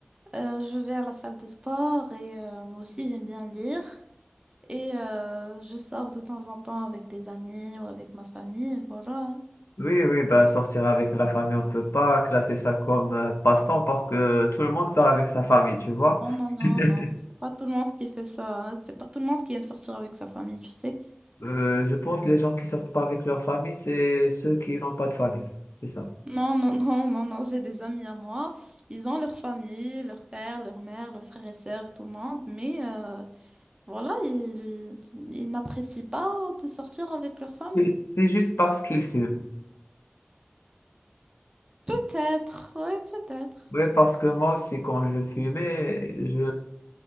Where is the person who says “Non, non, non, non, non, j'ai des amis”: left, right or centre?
Right